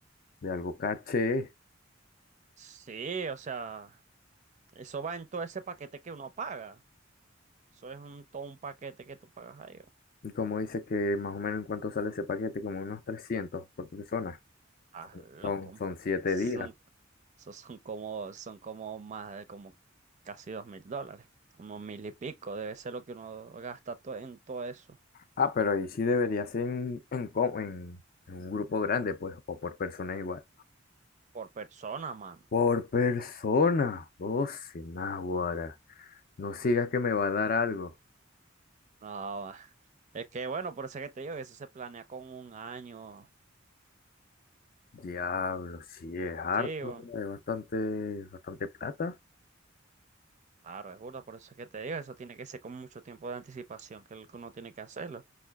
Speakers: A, on the left (about 45°); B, on the right (about 35°).
A: de algo caché.
B: sí, o sea, eso va en todo ese paquete que uno paga. Eso es un, todo un paquete que tú pagas ahí.
A: Y como dices que más o menos en cuánto sale ese paquete, como unos 300 por persona.
B: Ah, loco.
A: Son, son siete
B: Son,
A: días.
B: so- son como, son como más de como casi dos mil dólares. Como mil y pico. Debe ser lo que uno gasta to- en todo eso.
A: Ah, pero ahí sí debería ser en, en, co- en- en un grupo grande, pues, o por persona igual.
B: Por persona, man.
A: Por persona, oh, sin náguara. No sigas que me va a dar algo.
B: No, es que bueno, por eso es que te digo que eso se planea con un año.
A: Diablo, sí, es harto,
B: Sí, weón.
A: es bastante, bastante plata.
B: Claro, es burda, por eso es que te digo, eso tiene que ser con mucho tiempo de anticipación que el que uno tiene que hacerlo.